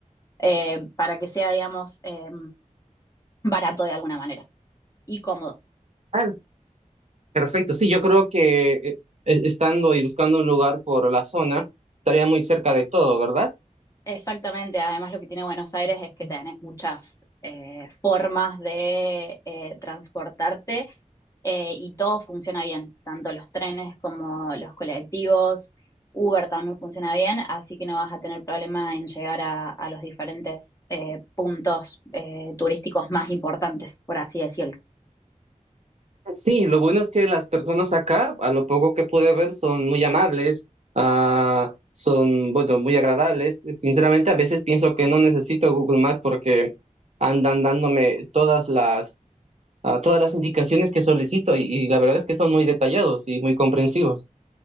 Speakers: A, on the left; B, on the right.
A: eh, para que sea, digamos, eh, barato de alguna manera y cómodo.
B: ah, Perfecto, sí, yo creo que eh, e, estando y buscando un lugar por la zona, estaría muy cerca de todo, ¿verdad?
A: Exactamente, además lo que tiene Buenos Aires es que tenés muchas eh, formas de eh, transportarte eh, y todo funciona bien, tanto los trenes como los colectivos, Uber también funciona bien, así que no vas a tener problema en llegar a, a los diferentes eh, puntos eh, turísticos más importantes, por así decirlo.
B: Sí, lo bueno es que las personas acá, a lo poco que pude ver, son muy amables, ah, son, bueno, muy agradables. Sinceramente, a veces pienso que no necesito Google Maps porque andan dándome todas las, ah, todas las indicaciones que solicito y, y la verdad es que son muy detallados y muy comprensivos.